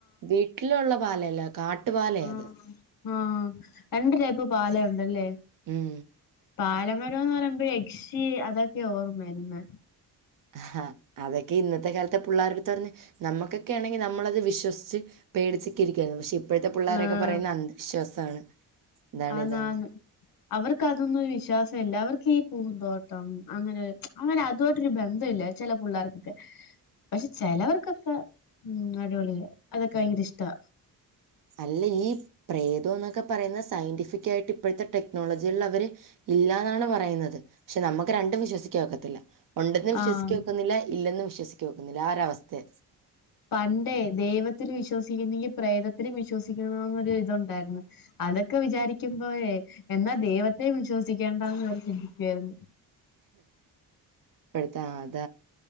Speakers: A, on the right; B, on the left.
A: വീട്ടിലുള്ള പാലയല്ല കാട്ടുപാലയാ
B: ആഹ്
A: ഇത്.
B: ആഹ് രണ്ട് ടൈപ്പ് പാലുണ്ടല്ലേ?
A: ഉം
B: പാലമരോന്ന് പറയുമ്പോ യക്ഷി അതൊക്കെയാ ഓർമ്മവര്ന്നെ
A: ആഹ് അതൊക്കെ ഇന്നത്തെ കാലത്തെ പിള്ളേരുടുത്ത് പോയി പറഞ്ഞ് നമ്മുക്കൊക്കെ ആണെങ്കിൽ നമ്മളത് വിശ്വസിച്ച് പേടിച്ഒക്കെ ഇരിക്കായിരുന്നു പക്ഷെ ഇപ്പോഴത്തെ പിള്ളോരൊക്കെ
B: ആഹ്
A: പറയുന്നത് അന്ധവിശ്വാസമാണ് ഇതാണ്
B: ആന്ന്
A: ഇതാണ്
B: ആണ്. അവർക്ക് അതൊന്നും ഒരു വിശ്വാസം ഇല്ല. അവർക്ക് ഈ പൂന്തോട്ടം അങ്ങനെ ഒരു അങ്ങനെ അതുആയിട്ടൊരു ബന്ധം ഇല്ല. ചില പിള്ളേർക്കൊക്കെ, പക്ഷെ ചിലവർക്കൊക്കെ മം അടിപൊളിയാ അതോക്കെ ഭയങ്കര
A: ഉം
B: ഇഷ്ടാ
A: അല്ല ഈ പ്രേതം എന്നൊക്കെ പറയുന്ന സയന്റിഫിക്കായിട്ട് ഇപ്പോഴത്തെ ടെക്നോളജിലുള്ളവര് ഇല്ലാന്നാണ് പറയുന്നത്. പക്ഷെ നമുക്ക് രണ്ടും വിശ്വസിക്കാൻ ഒക്കത്തില്ല. ഉണ്ടെന്ന് വിശ്വസിക്ക
B: ആഹ്
A: ഒക്കുന്നില്ല, ഇല്ലെന്നും വിശ്വസികാനോക്കുന്നില്ല ആഹ് ഒര് അവസ്ഥയ
B: പണ്ടേ ദൈവത്തിൽ വിശ്വസിക്കുന്നെങ്കിൽ പ്രേതത്തിലും വിശ്വസിക്കണന്നൊരു ഇതുണ്ടായിരുന്നു. അതൊക്കെ വിചാരിക്കുമ്പോഴേ എന്നാ ദൈവത്തെയും വിശ്വസിക്കേണ്ടാന്ന് അവര് ചിന്തിക്കുവായിരുന്നു
A: പടുത്ത അത